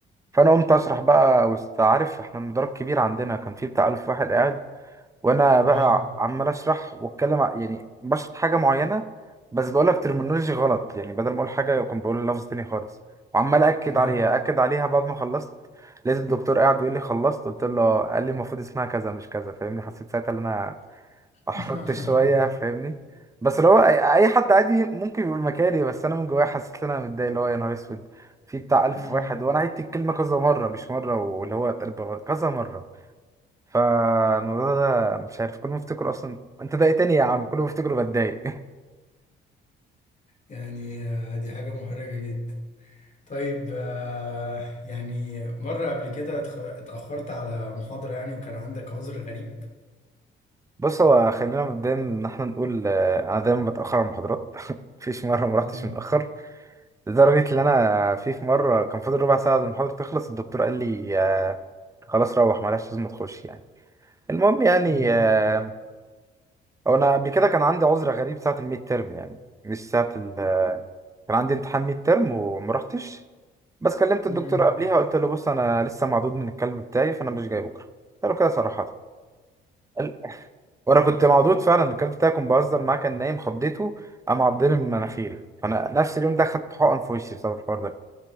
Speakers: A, on the right; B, on the left.
A: فانا قمت اسرح بقى وسط عارف احنا المدرج كبير عندنا كان فيه بتاع 1000 واحد قاعد وانا بقى
B: اه
A: عمال اسرح واتكلم ع- يعني بشرح حاجه معينه بس بقولها بترمينولوجي غلط يعني بدل ما اقول حاجه كنت بقول لفظ تاني خالص وعمال اكد
B: اه
A: عليها اكد عليها بعد ما خلصت لقيت الدكتور قاعد بيقول لي خلصت قلت له قال لي المفروض اسمها كذا مش كذا فاهمني حسيت ساعتها ان انا احرجت
B: <laughs>
A: شويه فاهمني بس اللي هو اي أي حد عادي ممكن يبقى مكاني بس انا من جوايا حسيت ان انا متضايق اللي هو يا نهار اسود في بتاع الف
B: أمم.
A: واحد وانا عدت الكلمه كذا مره مش مره واللي هو اتقلب غلط، كذا مره فالموضوع ده مش عارف كل ما افتكره اصلا انت ضايقتني يا عم كل ما افتكره بتضايق <laughs>
B: يعني آه، دي حاجة محرجة جدا طيب آه، يعني مرة قبل كده اتخ- اتأخرت على محاضرة يعني وكان عندك عذر غريب
A: بص هو خلينا مبدئيا ان احنا نقول آه، انا دايما بتاخر على المحاضرات <laughs> مفيش مره ما
B: مم.
A: رحتش متاخر لدرجه ان انا في في مره كان فاضل ربع ساعه المحاضره تخلص الدكتور قال لي آه، خلاص روح ملهاش لازم تخش يعني المهم يعني
B: مم.
A: آه، هو انا قبل كده كان عندي عذر غريب ساعه الميد تيرم يعني مش ساعه ال آه، كان عندي امتحان ميد تيرم وما رحتش بس كلمت الدكتور
B: مم.
A: قبليها قلت له بص انا لسه معدود من الكلب بتاعي فانا مش جاي بكره قلت له كده صراحه قال- وانا كنت معدود فعلا الكلب بتاعي كنت بهزر معاه كان نايم خضيته قام عضني من مناخيري فانا نفس اليوم ده خدت حقن في وشي بسبب الحوار ده